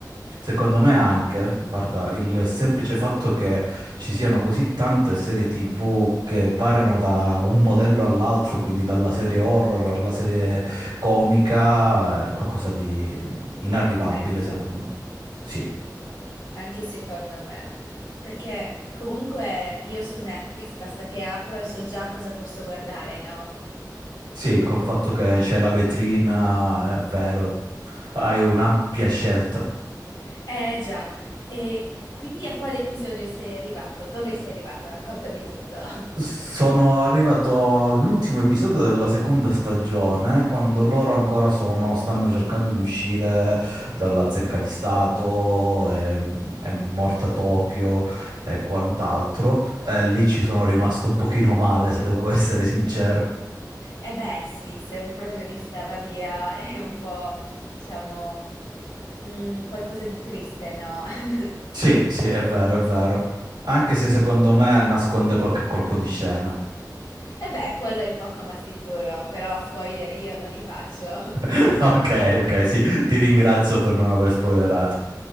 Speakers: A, on the right; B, on the left.
A: Secondo me anche, guarda, il semplice fatto che ci siano così tante serie TV che variano da un modello all'altro, quindi dalla serie horror alla serie comica, è qualcosa di inarrivabile
B: bello,
A: secondo me. Sì,
B: anche secondo me, perché comunque io su Netflix basta che apro e so già cosa posso guardare, no?
A: sì, col fatto che c'è la vetrina, è vero, hai un'ampia scelta.
B: Eh già, e quindi a quale episodio sei arrivato? Dove sei arrivato? Raccontami tutto. <laughs>
A: Sono arrivato all'ultimo episodio della seconda stagione, quando loro ancora sono- stanno cercando di uscire dalla zecca di Stato, è, è morta Tokyo e quant'altro. E lì ci sono rimasto un pochino male, se devo essere sincero.
B: Eh beh, sì, se un protagonista va via <laughs> è un po', diciamo, mm, qualcosa di triste, no? <laughs>
A: Sì, sì, è vero, è vero. Anche se secondo me nasconde qualche colpo di scena.
B: Eh beh, quello è poco ma sicuro, però spoiler io non li faccio. <laughs>
A: <laughs> Ok, ok, sì, ti ringrazio per non aver spoilerato.